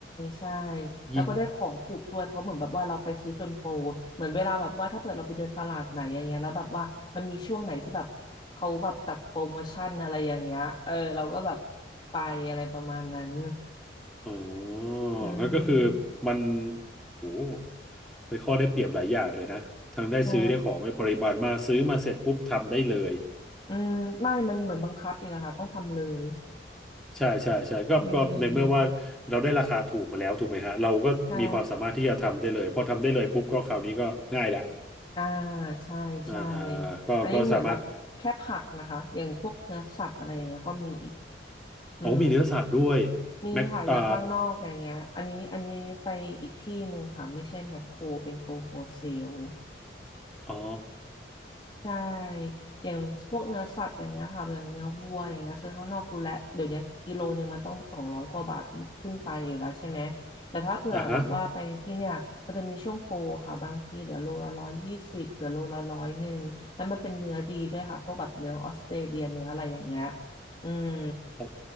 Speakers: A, on the left; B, in the centre.
A: ใช่
B: ยี่
A: แล้วก็ได้ของถูกด้วยเพราะเหมือนแบบว่าเราไปซื้อจนโปรเหมือนเวลาแบบว่าถ้าเปิดเราไปเดินตลาดไหนอย่างเงี้ยแล้วแบบว่ามันมีช่วงไหนที่แบบเขาแบบจัดโปรโมชั่นอะไรอย่างเงี้ยเออเราก็แบบไปอะไรประมาณนั้น
B: อ๋อ
A: อื
B: งั้นก็คือ
A: ม
B: มันโอ้โหเป็นข้อได้เปรียบหลายอย่างเลยนะทั้งได้ซื้อได้ของในปริมาณมากซื้อมาเสร็จปุ๊บทำได้เลย
A: ใช่อืมไม่มันเหมือนบังคับอีกอะค่ะต้องทำเลย
B: ใช่ใช่ใช่ก็ก็ในเมื่อว่าเราได้ราคาถูกมาแล้วถูกไหมฮะเราก็มีความสามารถที่จะทำได้เลยพอทำได้เลยปุ๊บก็คราวนี้ก็ง่ายละ
A: อืมใช่อ่าใช่ใช่
B: อ่าก็ก็สามารถ
A: อันนี้เหมือนแบบแค่ผักนะคะอย่างพวกเนื้อสัตว์อะไรอย่างเงี้ยก็มีอีก
B: โอ้มีเนื้อสัตว์ด้วย
A: อืม มีค่ะอย่างข้างนอกอย่างเงี้ยอันนี้อันนี้ไปอีกที่หนึ่งค่ะไม่ใช่แมคโครเป็นโกโฮเซล
B: แม็กอ่าอ๋อ
A: ใช่อย่างพวกเนื้อสัตว์อย่างเงี้ยค่ะอย่างเนื้อวัวอย่างเงี้ยซื้อข้างนอกรู้แล้วเดี๋ยวนี้กิโลหนึ่งมันต้องสองร้อยกว่าบาทขึ้นไปอยู่แล้วใช่ไหมแต่ถ้าเผื่อแบบว่าไปที่เนี่ยมันจะมีช่วงโปรค่ะบางทีเหลือโลละร้อยยี่สิบเหลือโลละร้อยหนึ่งแล้วมันเป็นเนื้อดีด้วยค่ะพวกแบบเนื้อออสเตรเลียเนื้ออะไรอย่างเงี้ย
B: อ่าฮะ
A: อืม
B: โอ้